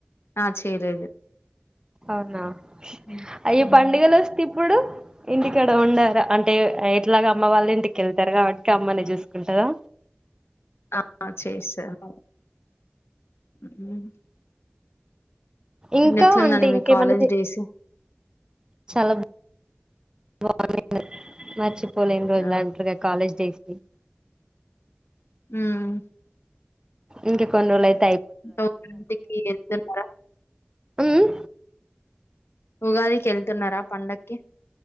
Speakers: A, on the left; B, on the right.
A: ఆ చేయలేదు.
B: అవునా.
A: హ్మ్.
B: అయ్య
A: హ్మ్.
B: పండుగలు వస్తే ఇప్పుడు ఇంటికాడ వండార అంటే ఎలాగ అమ్మ వాళ్ళ ఇంటికెళ్తారు కాబట్టి. ఇక అమ్మనే చూసుకుంటదా.
A: అమ్మ చేసారు. హ్మ్
B: ఇంకా
A: ఎట్లుందండి
B: అంటే
A: మీ
B: ఇంకేమన్నా
A: కాలేజ్
B: చే
A: డేస్
B: చాలా బాగుంది మర్చిపో పోలేని రోజులు
A: ఆ
B: అంటారుగా కాలేజ్ టేస్టీ
A: హ్మ్
B: ఇంక కొన్ని రోజులైతే
A: తొమ్మిదింటికి వెళ్తున్నారా
B: హ్మ్
A: ఉగాదికి వెళ్తున్నారా పండక్కి